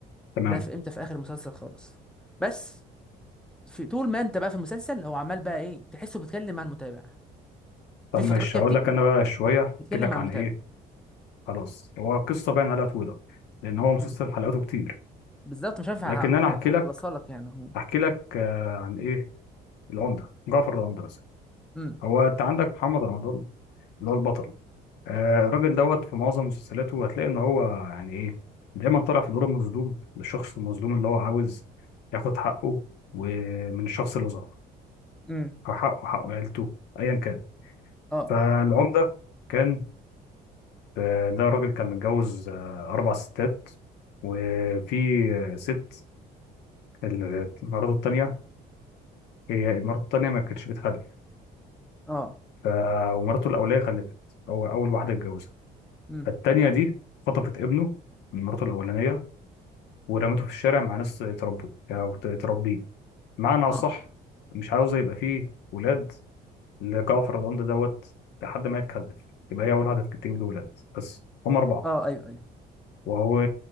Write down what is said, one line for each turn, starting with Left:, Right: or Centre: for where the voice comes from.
Left: تمام
Centre: ده في امتى في اخر المسلسل خالص بس في طول ما انت بقى في المسلسل هو عمال بقى ايه تحسه بيتكلم مع المتابع
Left: طب
Centre: في فترات
Left: ماشي
Centre: كده
Left: هقول
Centre: بتيجي
Left: لك انا بقى شوية احكي
Centre: بيتكلم
Left: لك
Centre: مع المتابع
Left: عن ايه خلاص هو قصة باين عليها طويلة لان هو مسلسل
Centre: إمم.
Left: حلقاته كتير
Centre: بالظبط مش هينفع
Left: لكن
Centre: هخ-
Left: انا
Centre: هخ-
Left: احكي
Centre: هخلصها
Left: لك
Centre: لك يعني
Left: احكي لك آه، عن ايه العمده جعفر العمده مثلا
Centre: امم
Left: هو انت عندك محمد رمضان اللي هو البطل آه، الراجل دوت في معظم مسلسلاته هتلاقي ان هو يعني ايه دايما طالع في دور المظلوم للشخص المظلوم اللي هو عاوز ياخد حقه ومن الشخص اللي ظلمه
Centre: امم
Left: حقه حق عيلته ايا كان
Centre: اه
Left: فالعمده كان آه، ده راجل كان متجوز آه، اربع ستات وفي آه، ست ال- مراته التانيه هي مراته التانيه ما كانتش بتخلف
Centre: اه
Left: ف... ومراته الأولية خلفت هو أول واحدة اتجوزها
Centre: امم
Left: فالتانية دي خطفت ابنه من مراته الأولانية ورمته في الشارع مع ناس تربوه أو ت- تربيه معنى
Centre: اه
Left: أصح مش عاوزة يبقى فيه ولاد لجعفر العمدة دوت لحد ما يتكلف يبقى هي أول واحدة تجيب له ولاد بس هم أربعة
Centre: اه ايوه ايوه
Left: وهو